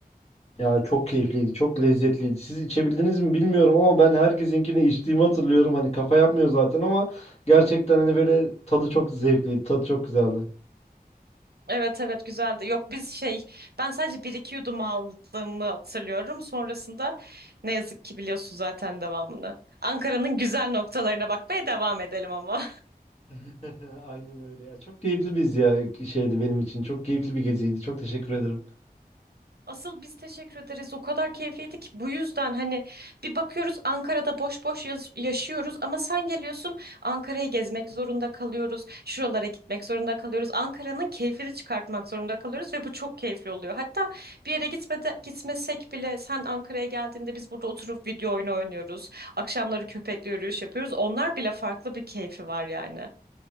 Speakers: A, on the left; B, on the right.
A: Ya çok keyifliydi, çok lezzetliydi. Siz içebildiniz mi bilmiyorum ama ben herkesinkini içtiğimi hatırlıyorum. Hani kafa yapmıyor zaten ama gerçekten hani böyle tadı çok zevkliydi, tadı çok güzeldi.
B: Evet evet güzeldi. Yok biz şey ben sadece bir iki yudum aldığımı hatırlıyorum. Sonrasında ne yazık ki biliyorsun zaten devamını. Ankara'nın güzel noktalarına bakmaya devam edelim ama.
A: <laughs> Aynen öyle ya. Çok keyifli biz ya şeydi benim için. Çok keyifli bir geziydi. Çok teşekkür ederim.
B: Asıl biz teşekkür ederiz. O kadar keyifliydi ki bu yüzden hani bir bakıyoruz Ankara'da boş boş yaz- yaşıyoruz ama sen geliyorsun Ankara'yı gezmek zorunda kalıyoruz. Şuralara gitmek zorunda kalıyoruz. Ankara'nın keyfini çıkartmak zorunda kalıyoruz ve bu çok keyifli oluyor. Hatta bir yere gitmede, gitmesek bile sen Ankara'ya geldiğinde biz burada oturup video oyunu oynuyoruz. Akşamları köpekle yürüyüş yapıyoruz. Onlar bile farklı bir keyfi var yani.